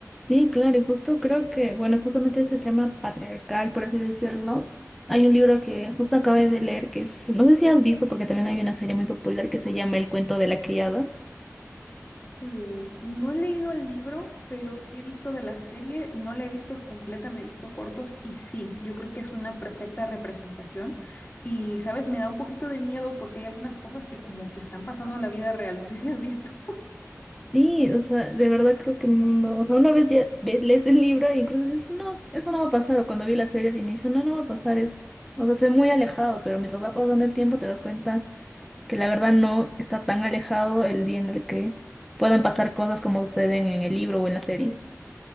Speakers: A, in the centre; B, on the left (about 35°).
A: Sí, claro, y justo creo que, bueno, justamente este tema patriarcal, por así decirlo, hay un libro que justo acabé de leer que es, no sé si has visto, porque también hay una serie muy popular que se llama El cuento de la criada.
B: Uh, no he leído el libro, pero sí he visto de la serie, no la he visto completa, me he visto cortos y sí, yo creo que es una perfecta representación. Y, sabes, me da un poquito de miedo porque hay algunas cosas que como que están pasando en la vida real, no sé si has visto. <laughs>
A: Sí, o sea, de verdad creo que no, o sea, una vez ya ve- lees el libro e incluso dices, no, eso no va a pasar, o cuando vi la serie al inicio, no, no va a pasar, es, o sea, se ve muy alejado, pero mientras va pasando el tiempo te das cuenta que la verdad no está tan alejado el día en el que puedan pasar cosas como suceden en el libro o en la serie.